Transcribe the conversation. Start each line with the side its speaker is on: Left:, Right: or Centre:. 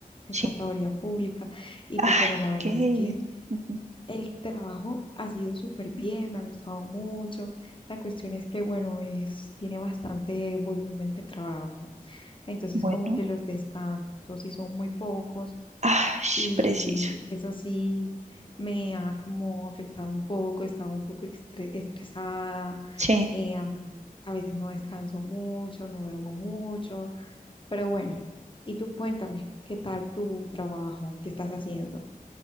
Left: de
Right: sí.
Left: contaduría pública y
Right: Ay,
Left: pues bueno, la verdad
Right: qué.
Left: es que
Right: ujú,
Left: El trabajo ha sido súper bien, me ha gustado mucho. La cuestión es que, bueno, es, tiene bastante volumen de trabajo. Entonces,
Right: Bueno,
Left: como que los descansos sí son muy pocos
Right: ay,
Left: y
Right: preciso.
Left: eso sí me ha como afectado un poco, he estado un poco estre- estresada,
Right: Sí.
Left: eh, am, a veces no descanso mucho, no duermo mucho, pero bueno, y tú cuéntame, ¿qué tal tu trabajo? ¿Qué estás haciendo?